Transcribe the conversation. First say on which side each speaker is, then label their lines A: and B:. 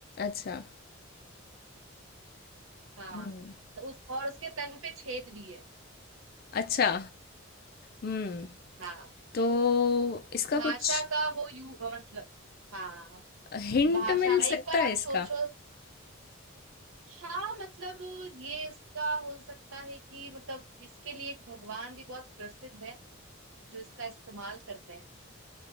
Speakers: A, on the left; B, on the right.
A: अच्छा
B: हाँ
A: हम्म
B: तो उस और उसके तन पे छेद भी है
A: अच्छा हम्म
B: हाँ
A: तो इसका
B: भाषा
A: कुछ
B: का वो यू मतलब हाँ
A: हिंट
B: भाषा
A: मिल
B: एक
A: सकता
B: बार
A: है
B: आप
A: इसका
B: सोचो हाँ मतलब ये इसका हो सकता है कि मतलब इसके लिए एक भगवान भी बहुत प्रसिद्ध है जो इसका इस्तेमाल करते हैं